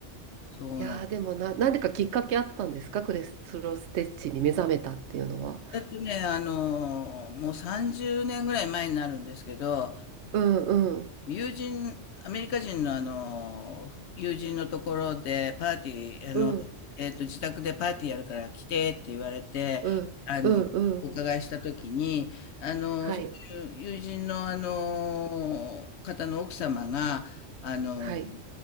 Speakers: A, on the left; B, on the right.
A: そうなん
B: いやーでもな、なんでかきっかけあったんですかクレスロステッチに目覚めたっていうのは。
A: だってね、あの、もう30年ぐらい前になるんですけど、
B: うんうん
A: 友人、アメリカ人のあの、友人のところでパーティー、あの、
B: うん
A: えっと、自宅でパーティーやるから来てって言われて、
B: うんうんうん
A: あの、お伺いしたときに、あの、
B: はい
A: そういう友人のあの、方の奥様が、あの、
B: はい